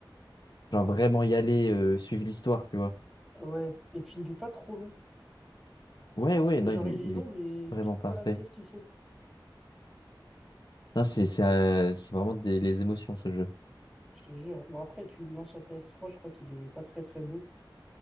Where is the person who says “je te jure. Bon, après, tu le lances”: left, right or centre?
Centre